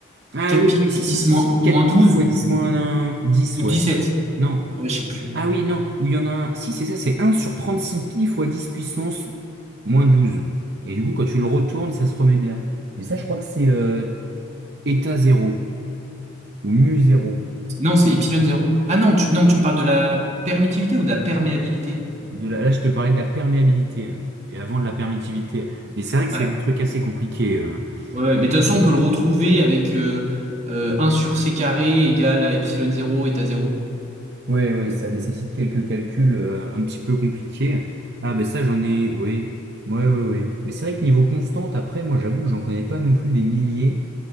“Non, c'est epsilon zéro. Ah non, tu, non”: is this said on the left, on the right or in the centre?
Right